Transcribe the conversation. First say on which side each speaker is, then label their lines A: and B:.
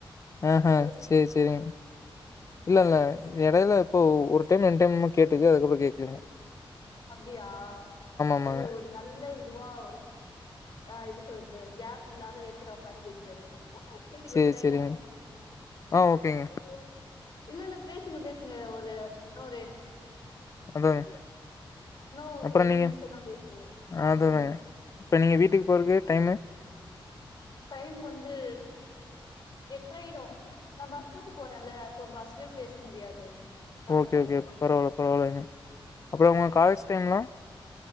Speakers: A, on the left; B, on the left.
A: ஆஹா
B: ஐயோ
A: செரி செரிங்க இல்ல இல்ல எடையில இப்போ ஒரு டைம் ரெண்டு டைம் கேட்டுது அதுக்கப்றோ கேக்கலிங்க
B: அப்டியா
A: ஆமாங்க
B: இது ஒரு நல்ல இதுவா ஒரு ஆ எப்டி சொல்றது கேப் இல்லாத எடத்துல உக்காந்து பேசினுறீங்க வீட்டுக்கு
A: சரி
B: ஒரு டைம்
A: சரிங்க
B: வரு
A: ஆ ஓகேங்க
B: அய்யோ இல்ல இல்ல பேசுங்க பேசுங்க ஒரு இன்னொரு
A: அதாங்க
B: இன்னு
A: அப்றோ
B: ரெண்டு
A: நீங்க
B: நிமிஷந்தா பேசுறீங்க ஆ
A: அதா
B: சொல்லுங்க
A: தாங்க இப்ப நீங்க வீட்டுக்கு போறக்கு டைமு
B: டைம் வந்து எட்ற ஆய்டு நா பஸ் புச்சி போறேன்ல சோ பஸ்லயு பேச முடியாது கஷ்டோ
A: ஓகே ஓகே பரவால்ல பரவால்லங்க அப்றோ உங்க காலேஜ் டைம்லாம்